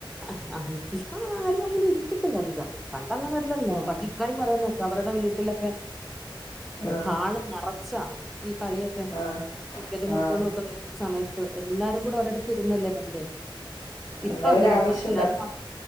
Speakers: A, in the centre; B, on the left.
A: ആഹ്, അഹ് ഇപ്പൊ ആരും അങ്ങനെ ഇരിക്കത്തില്ല അധികം. പണ്ട് അങ്ങനെല്ല ല്ലോ?
B: ഉം
A: പണ്ട് ഇക്കായും പറയുന്നത് അവരുടെ വീട്ടിലൊക്കെ
B: ആഹ്
A: ഹാള് നിറച്ചാ, ഈ കളിയൊക്കെ
B: ആഹ്
A: ക്രിക്കറ്റും, ഫുഡ്‌
B: ആഹ്
A: ബോളും ഒക്കെ ഈ, സമയത്ത് എല്ലാരും കൂടെ ഒരിടത്ത് ഇരുന്നല്ലേ? പണ്ട്. ഇപ്പൊ
B: എന്ന
A: അങ്ങനെ
B: ഒരു ആവശ്യം.
A: ഉണ്ടോ എല്ലാരും